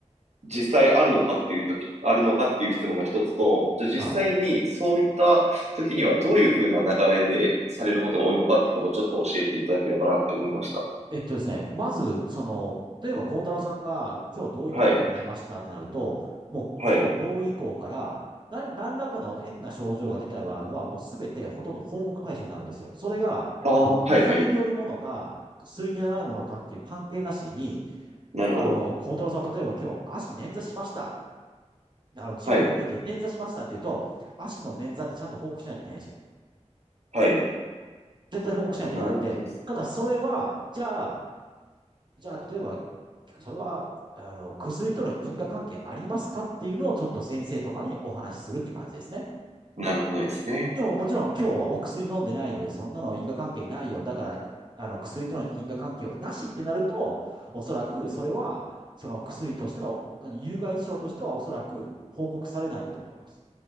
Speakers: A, on the right; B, on the right.
A: 実際あるのかっていう時、あるのかっていう質問が一つと、じゃあ実際にそういった時にはどういうふうな流れでされることが多いのかってことをちょっと教えていただければなって思いました。
B: はい。えっとですね、まず、その、例えば孝太郎さんが今日同意取ってもらいましたってなると、
A: はい。
B: もう今日同意以降から、
A: はい。
B: 何、何らかの変な症状が出た場合は、もうすべてほとんど報告対象になるんですよ。それが
A: ああ、はいはい。
B: 薬によるものか、薬じゃないものかっていう関係なしに、
A: なるほど。
B: あの、孝太郎さんは例えば今日足捻挫しました。あの、ジムに行ってて捻挫しましたって言うと、
A: はい。
B: 足の捻挫ってちゃんと報告しないといけないんですよ。
A: はい。
B: 絶対報告しないといけなくて、
A: なるほどです。
B: ただそれは、じゃあ、じゃあ、例えば、それは、あの、薬との因果関係ありますかっていうのをちょっと先生とかにお話しするって感じですね。
A: なるほどですね。
B: でももちろん今日はお薬飲んでないので、そんなの因果関係ないよ。だから、あの、薬との因果関係はなしってなると、おそらくそれは、その薬としての、あの有害事象としてはおそらく報告されないんだと思います。